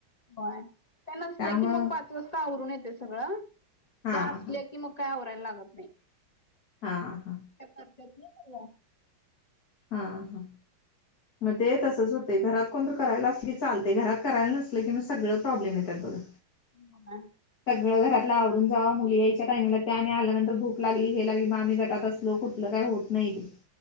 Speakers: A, on the left (about 30°); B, on the left (about 45°).
A: होय त्या नसल्या
B: त्यामुळं
A: की मग पाच वाजता आवरून येते सगळं
B: हा
A: त्या असल्या
B: हा
A: की मग. काय होरायला लागत नाही.
B: हा हा
A: त्या करतेत ना!
B: हा हा मग ते तसच होते घरात? कोण तर करायला अस क लं घरात करायला नसल किंग सगळं प्रॉब्लेम आहे त्यातळं?
A: होय.
B: सगळं घरातलं आवरून जावा मुली याच्या टाइमला! त्याने आल्यानंतर भूक लागली हे लागली मगम्ही गटात असलो कुठलं काही होत नाही.